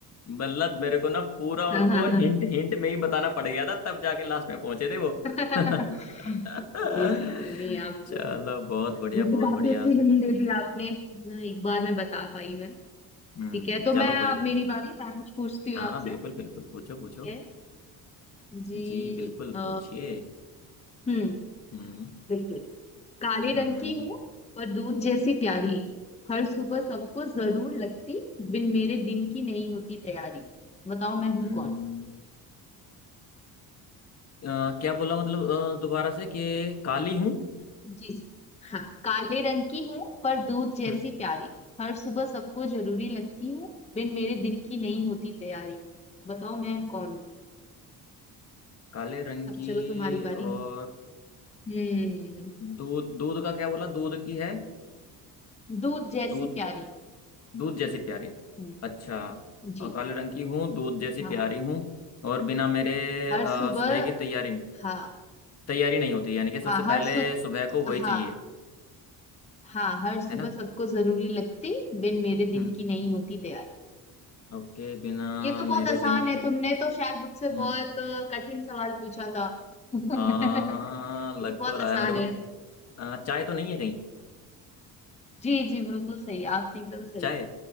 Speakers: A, on the left; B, on the left.
A: मतलब मेरे को ना पूरा
B: हाँ
A: उनको
B: हाँ हाँ
A: हिंट हिंट में ही बताना पड़ गया था तब जाके लास्ट में पहुंचे थे वो
B: <laughs>
A: <laughs>
B: जी जी जी नहीं आप
A: चलो बहुत बढ़िया
B: ये तो
A: बहुत
B: काफी
A: बढ़िया
B: अच्छी हिंट दे दी आपने एक बार में बता पाई मैं
A: हम्म
B: ठीक है तो
A: चलो
B: मैं
A: कोई
B: अब
A: बात नहीं।
B: मेरी बारी मैं कुछ पूछती हूँ
A: हाँ
B: आपसे
A: बिल्कुल बिल्कुल पूछो
B: ठीक
A: पूछो
B: है जी
A: जी बिल्कुल
B: आ,
A: पूछिए
B: हम्म
A: हम्म
B: बिल्कुल काले
A: हम्म
B: रंग की
A: हम्म
B: हूँ और दूध जैसी प्यारी हर सुबह सबको जरूर लगती बिन मेरे दिन की नहीं होती तैयारी बताओ मैं हूँ
A: हम्म। अ, क्या बोला मतलब अ, दोबारा से कि काली हूँ
B: जी जी हाँ काले रंग की हूँ पर दूध जैसी
A: हम्म।
B: प्यारी हर सुबह सबको जरूरी लगती हूँ बिन मेरे दिन की नहीं होती तैयारी बताओ मैं कौन हूँ
A: काले रंग
B: अब
A: की
B: चलो तुम्हारी बारी
A: और
B: हम्म
A: दूध दूध का क्या बोला दूध की है
B: दूध जैसी
A: दूध
B: प्यारी
A: दूध जैसी प्यारी
B: हम्म
A: अच्छा और
B: जी
A: काले रंग की हूँ दूध जैसी
B: हाँ
A: प्यारी हूँ और बिना मेरे
B: हर
A: अ,
B: सुबह
A: सुबह की तैयारी नहीं
B: हाँ
A: तैयारी नहीं होती यानी कि सबसे
B: हाँ हर
A: पहले
B: सु
A: सुबह को वही
B: हाँ
A: चाहिए
B: हाँ हर सुबह
A: है ना
B: सबको जरूरी लगती बिन मेरे दिन
A: हम्म
B: की नहीं होती तैयारी
A: ओके बिना
B: ये तो बहुत
A: मेरे
B: आसान
A: दिन की
B: है तुमने तो शायद मुझसे
A: हम्म
B: बहुत अ, कठिन सवाल पूछा था <laughs>
A: आ,
B: ये
A: लग
B: तो बहुत
A: तो रहा
B: आसान
A: है मेरे को
B: है
A: आ, चाय तो नहीं है कहीं
B: जी जी बिल्कुल सही आपने एकदम सही
A: चाय